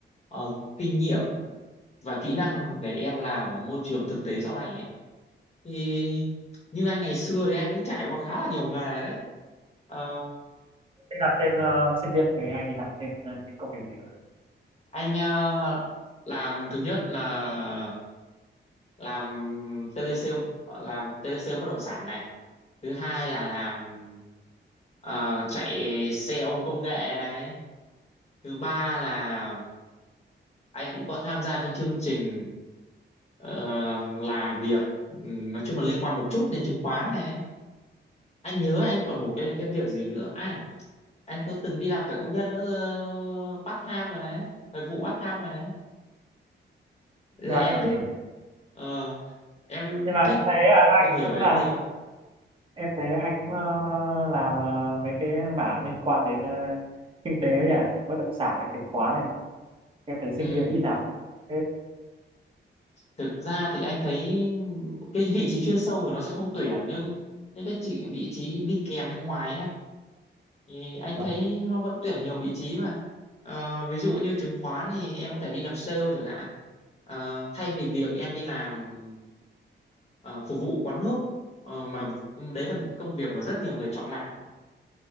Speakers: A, on the left (about 35°); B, on the right (about 25°).
A: ờ, kinh nghiệm và kỹ năng để em làm ở môi trường thực tế sau này ấy thì như anh ngày xưa thì anh cũng trải qua khá là nhiều nghề đấy Ờ,
B: Đi làm thêm ờ, sinh viên thì anh đi làm thêm ờ, những công việc gì không? anh?
A: anh ờ, làm thứ nhất là làm telesale làm telesale bất động sản này thứ hai là làm ờ, chạy xe ôm công nghệ này thứ ba là anh cũng có tham gia cái chương trình ờ, làm việc ừm, nói chung là liên quan một chút đến chứng khoán này anh nhớ anh còn một cái cái việc gì nữa à anh có từng đi làm cả công nhân nữa ờ, part time rồi đấy thời vụ part time rồi đấy Bây
B: Ra
A: giờ em
B: anh làm
A: thích
B: nhiều
A: ờ, em
B: nhưng mà em
A: thích
B: thấy ờ, anh
A: tìm hiểu
B: cũng
A: về
B: làm
A: cái gì không
B: em thấy anh cũng ờ, làm ờ, mấy cái mảng liên quan đến ờ, kinh tế ấy à, bất động sản này, chứng khoán này em thấy sinh
A: ừ
B: viên ít làm Thế
A: thực ra thì anh thấy cái vị trí chuyên sâu thì nó sẽ không tuyển nhưng những cái chị vị trí đi kèm bên ngoài á thì anh
B: còn
A: thấy nó vẫn tuyển nhiều vị trí mà Ờ, ví dụ như chứng khoán thì em có thể đi làm sale chẳng hạn Ờ, thay vì việc em đi làm ờ, phục vụ quán nước ờ, mà đấy là một cái công việc mà rất nhiều người chọn làm